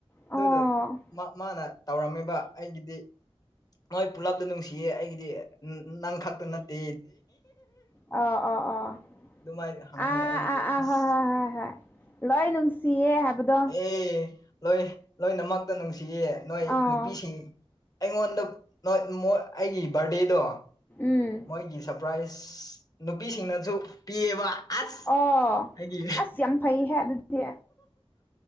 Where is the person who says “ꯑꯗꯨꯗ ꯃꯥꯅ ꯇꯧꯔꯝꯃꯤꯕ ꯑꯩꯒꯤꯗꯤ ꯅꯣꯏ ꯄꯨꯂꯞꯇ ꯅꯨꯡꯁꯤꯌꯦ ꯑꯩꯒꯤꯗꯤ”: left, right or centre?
Left